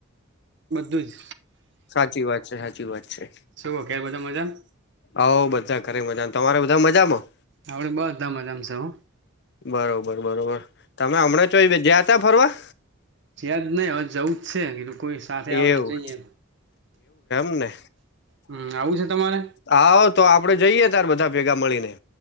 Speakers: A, on the right; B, on the left.
A: બધું જ.
B: સાચી વાત છે, સાચી વાત છે.
A: શું ઘેર બધા મજામ?
B: હઉ બધા ઘરે મજા, તમારે બધા મજામાં?
A: આપડે બધા મજામાં છે હો
B: બરોબર બરોબર તમે હમણાં ચોય જયા ત્યા ફરવા?
A: જ્યાજ નહી હવે જવું જ છે, કીધું કોઈ સાથે આવે
B: એવું
A: તો જઈએ.
B: <unintelligible>
A: હમ્મ આવું છે. તમારે
B: આવા તો આપડે જઈએ તાર બધા ભેગા મળીને.